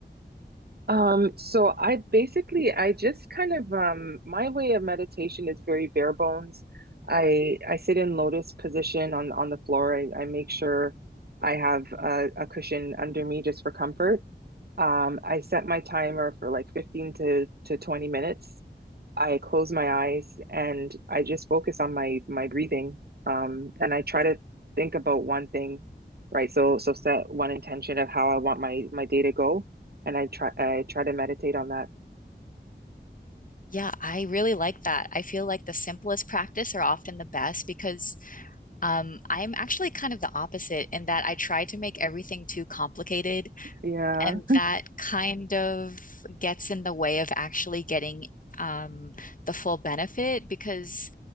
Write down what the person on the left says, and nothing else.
Yeah, I really like that. I feel like the simplest practice are often the best because um, I'm actually kind of the opposite in that I try to make everything too complicated.
And that kind of gets in the way of actually getting um, the full benefit because